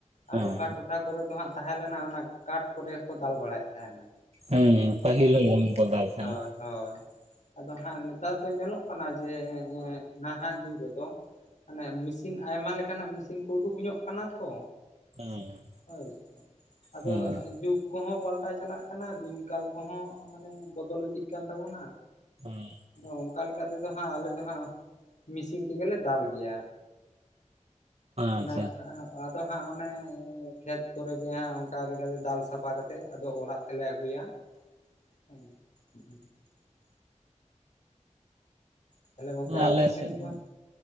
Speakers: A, on the right; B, on the left.
A: ᱦᱮᱸ
B: ᱟᱨ ᱚᱠᱟ ᱴᱚᱴᱷᱟ ᱠᱚᱨᱮ ᱫᱚ ᱦᱟᱸᱜ ᱛᱟᱦᱮᱸ ᱞᱮᱱᱟ ᱚᱱᱟ ᱠᱟᱴ ᱠᱚᱨᱮ ᱜᱮᱠᱚ ᱫᱟᱞ ᱵᱟᱲᱟᱭᱮᱜ ᱛᱟᱦᱮᱱᱟ᱾
A: ᱦᱮᱸ ᱯᱟᱹᱦᱤᱞ <inaudible> ᱫᱟᱞ ᱛᱟᱦᱮᱸᱱᱟ᱾
B: ᱦᱳᱭ ᱦᱳᱭ ᱟᱫᱚ ᱦᱟᱸᱜ ᱱᱮᱛᱟᱨ ᱫᱚ ᱧᱮᱞᱚᱜ ᱠᱟᱱᱟ ᱡᱮ ᱮᱸ ᱱᱟᱦᱟᱜ ᱡᱩᱜᱽ ᱨᱮᱫᱚ ᱟᱱᱮ ᱢᱤᱥᱤᱱ ᱟᱭᱢᱟ ᱞᱮᱠᱟᱱᱟᱜ ᱢᱤᱥᱤᱱ ᱠᱚ ᱩᱰᱩᱠ ᱧᱚᱜ ᱠᱟᱱᱟ ᱛᱚ᱾
A: ᱦᱮᱸ
B: ᱦᱳᱭ ᱥᱮ ᱟᱫᱚ
A: ᱦᱮᱸ
B: ᱡᱩᱜᱽ ᱠᱚᱦᱚᱸ ᱯᱟᱞᱴᱟᱣ ᱪᱟᱞᱟᱜ ᱠᱟᱱᱟ ᱫᱤᱱᱠᱟᱞ ᱠᱚᱦᱚᱸ ᱢᱟᱱᱮ ᱵᱚᱫᱚᱞ ᱤᱫᱤᱜ ᱠᱟᱱ ᱛᱟᱵᱚᱱᱟ᱾
A: ᱦᱩᱸ
B: ᱟᱫᱚ ᱚᱝᱠᱟ ᱞᱮᱠᱟ ᱛᱮᱫᱚ ᱦᱟᱸᱜ ᱟᱞᱮ ᱫᱚ ᱦᱟᱸᱜ ᱢᱤᱥᱤᱱ ᱛᱮᱜᱮᱞᱮ ᱫᱟᱞ ᱜᱮᱭᱟ᱾
A: ᱟᱪᱪᱷᱟ
B: ᱚᱱᱮ ᱮᱸ ᱟᱫᱚ ᱦᱟᱸᱜ ᱚᱱᱮ ᱠᱷᱮᱛ ᱠᱚᱨᱮ ᱜᱮ ᱦᱟᱸᱜ ᱚᱝᱠᱟ ᱞᱮᱠᱟᱛᱮ ᱫᱟᱞ ᱥᱟᱯᱷᱟ ᱠᱟᱛᱮᱜ ᱟᱫᱚ ᱚᱲᱟᱜ ᱛᱮᱞᱮ ᱟᱹᱜᱩᱭᱟ᱾ <inaudible> ᱛᱟᱦᱞᱮ ᱜᱚᱝᱠᱮ
A: <inaudible> ᱟᱞᱮ
B: ᱟᱯᱮ ᱥᱮᱱ
A: ᱥᱮᱫ ᱦᱚᱸ᱾
B: ᱫᱚ